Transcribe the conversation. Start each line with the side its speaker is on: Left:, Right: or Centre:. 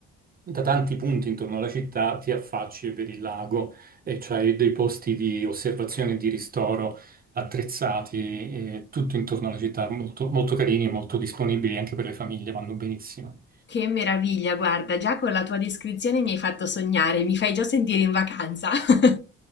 Right: da tanti punti intorno alla città ti affacci e vedi il lago e c'hai dei posti di osservazione e di ristoro attrezzati, eh, tutto intorno alla città, molto, molto carini e molto disponibili anche per le famiglie, vanno benissimo.
Left: Che meraviglia, guarda, già con la tua descrizione mi hai fatto sognare, mi fai già sentire in vacanza. <laughs>